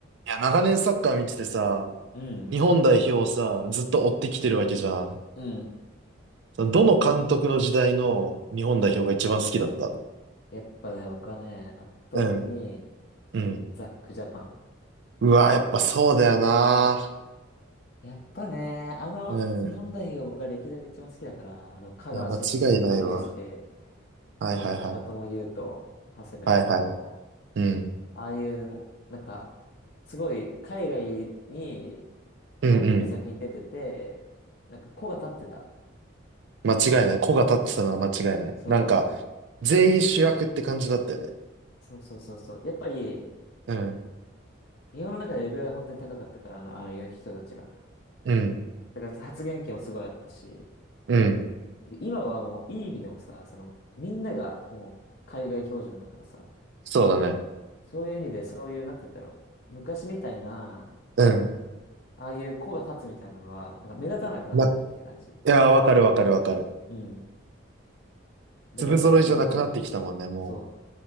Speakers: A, on the right; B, on the left.
A: いや、長年サッカー見ててさ、
B: うん、
A: 日本代表をさ、ずっと追ってきてるわけじゃん。
B: うん、
A: そのどの監督の時代の日本代表が一番好きだった
B: うん。やっぱね、僕はね、圧倒的に
A: うん。うん。
B: ザックジャパン。
A: うわ、やっぱそうだよな。
B: やっぱね、あの、
A: うん。
B: 日本代表が僕は歴代で一番好きだから、あの、香川真司、
A: いや、間違いないわ。
B: 本田圭佑
A: はいはいはい。
B: とか長友佑都、長谷部誠、
A: はいはい。うん。
B: ああいう、もう、なんか、すごい海外に他の人より先に出てて、
A: うんうん。
B: なんか子が立ってた。
A: 間違いない。子が立ってたのは間違いない。
B: そ
A: なんか、全員主役って感じだったよね。
B: う、そうそうそうそう。やっぱり、
A: うん。
B: 日本の中でレベルが本当に高かったから、あの、あの人たちが。
A: うん。
B: だから発言権もすごいあったし、
A: うん。
B: 今はもういい意味でもさ、その、みんながもう海外標準だからさ、
A: そうだね。
B: そういう意味でそういう、なんて言うんだろう。昔みたいな、
A: うん。
B: ああいう子が立つみたいなのは、なんか目立たなくなったっていう感じ。
A: な、いや、わかるわかるわかる。
B: うん。だからザックジャパンが。
A: 粒揃いじゃなくなってきたもんね、もう。
B: そう。